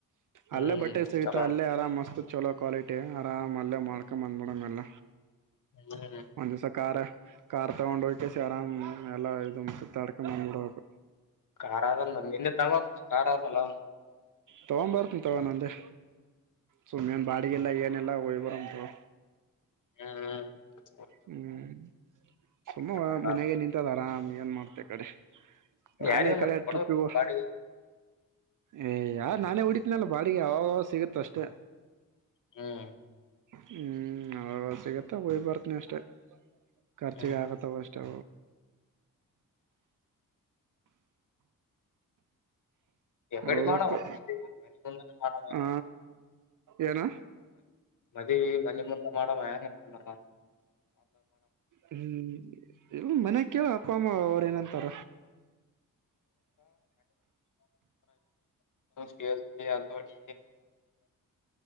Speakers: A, on the left (about 60°); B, on the right (about 60°).
A: ಹ್ಮ್
B: ಅಲ್ಲೇ ಬಟ್ಟೆ ಸಿಗುತ್ತಾ
A: ಚಲೋ
B: ಅಲ್ಲೇ ಆರಾಮ ಮಸ್ತ್ ಚಲೋ ಕ್ವಾಲಿಟಿ ಆರಾಮ ಅಲ್ಲೇ ಮಾಡ್ಕೊಂಡ್ ಬಂದ್ಬಿಡಮ್ ಎಲ್ಲ
A: ಹ್ಮ್
B: ಒಂದ್ ದಿವಸ ಕಾರ್ ಕಾರ್ ತಗೊಂಡ ಹೊಂದಿಸ ಆರಾಮ್ ಎಲ್ಲ ಇದು ಸುತ್ತ ಆಡ್ಕೊಂಡ್ ಬಂದ್ಬಿಡ್ಬೇಕು
A: ಕಾರ್ ಆದ್ರೆ ಮತ್ ನಿಂದೆ ತಗೊಂಡಬಾ ಮತ್ತ ಕಾರ್ ಅಂದ್ಮೇಲೆ
B: ತಗೊಂಡಬರ್ತೀನಿ ತಗೋ ನಂದೆ ಸುಮ್ಮನೆ ಬಾಡಿಗೆ ಇಲ್ಲ ಏನೆಲ್ಲಾ ಒಯ್ ಬರನ ತಗೋ
A: ಹ್ಮ್ ಹ್ಮ್
B: ಹ್ಮ್ ಸುಮ್ನೆ
A: ಕಡೆ ಎಲ್ಲ
B: ಮನೆಗೆ ನಿಂತದ ಆರಾಮ್ ಆಗಿ ಏನ್ ಮಾಡ್ತೆದ್ ಗಾಡಿ ನಾನೇ
A: ಯಾರಿಗ
B: ಈ ಕಡೆ
A: ಮತ್ತೆ ಕೊಡಬೇಕಿಲ್ಲ
B: ಟ್ರಿಪ್ಪಿಗೂ
A: ಬಾಡಿಗೆ
B: ಏ ಯಾರ ನಾನೇ ಹೊಡಿತಿನಲ್ಲ ಬಾಡಿಗೆ ಅವಾಗವಾಗ ಸಿಗುತ್ತ ಅಷ್ಟೇ
A: ಹ್ಮ್
B: ಹ್ಮ್ ಅವಾಗ ಸಿಗತ್ತ ಹಯ್ ಬರ್ತನಿ ಅಷ್ಟೇ ಖರ್ಚಿಗೆ
A: ಹ್ಮ್
B: ಆಗತ್ತಾವ ತೊ
A: ಎ ಕಡೆ
B: ಹೋಗ್ಬೇಕು
A: ಮಾಡವ ಒ್ ಮ ಮನೆಗಂದ ಮಾಡ
B: ಆ ಏನ
A: ಮದೀ ಮನೆ ಮುಂದ ಮಾಡಮ್ಮ ಏನ
B: ಹ್ಮ್ ಇ ಮನ ಕೇಳ ಅಪ್ಪ ಅಮ್ಮ ಅವರ ಏನಂತಾರ
A: ಸ್್ಟ ಆವಾಡಿ